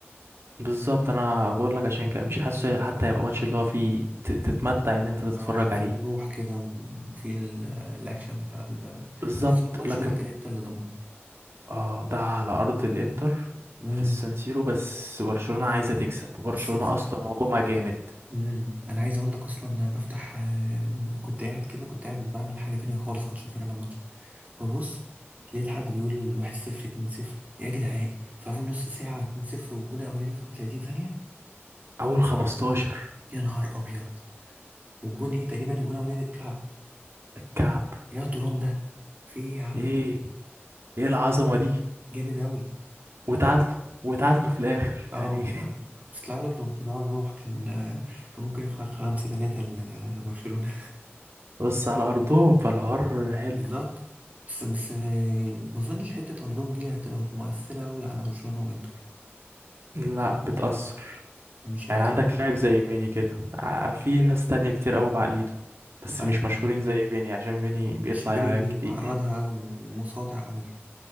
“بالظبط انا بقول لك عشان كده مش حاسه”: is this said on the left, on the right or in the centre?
Right